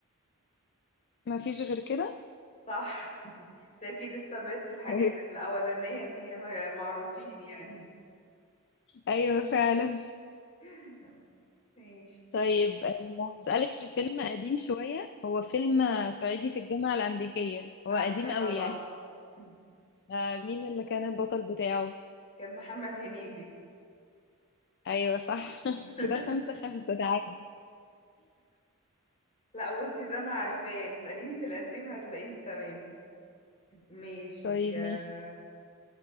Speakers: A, on the left (about 50°); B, on the left (about 30°).
A: ما فيش غير كده
B: صح <laughs> أنت أكيد استبعدتي الحاجات
A: طيب
B: الأولانية إن هي معروفين يعني
A: أيوة فعلا
B: <laughs> ماشي
A: طيب آه، هسألك في فيلم قديم شوية هو فيلم آه، صعيدي في الجامعة الأمريكية هو
B: عارفاه
A: قديم
B: طبعا
A: قوي يعني
B: <laughs>
A: آه، مين اللي كان البطل بتاعه
B: كان محمد هنيدي
A: أيوة صح <laughs>
B: <laughs>
A: كده خمسة خمسة ده عادي
B: لا بصي ده انا عارفاه يعني اسأليني في القديم هتلاقيني تمام ماشي
A: طيب
B: يا-
A: ماشي